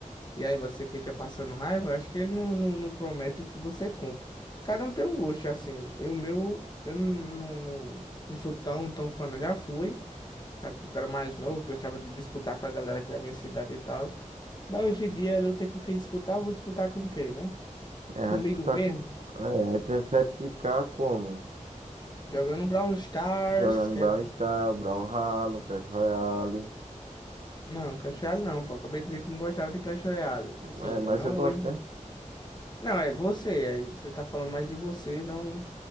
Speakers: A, on the left; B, on the right.
A: E aí você fica passando raiva, acho que ele não, não, não promete o que você cumpre. Cada um tem um gosto, assim. eu meu, eu não, não, não, não sou tão, tão fã, não. Já fui, na época que eu era mais novo, gostava de disputar com a galera aqui da minha cidade e tal. Mas hoje em dia eu tenho com quem disputar, eu vou disputar com quem, né?
B: É, a
A: Comigo
B: disputar
A: mesmo?
B: com. É, aí prefere ficar como?
A: Jogando Brawl Stars,
B: Jogando
A: que
B: Brawl
A: é um...
B: Stars, Brawlhalla, Crash Royale.
A: Não, Clash Royale não, pô. Acabei de dizer que não gostava de Clash Royale. Assim,
B: É, mas
A: eu não
B: eu gosto,
A: hoje.
B: né?
A: Não, é você. Aí você tá falando mais de você, não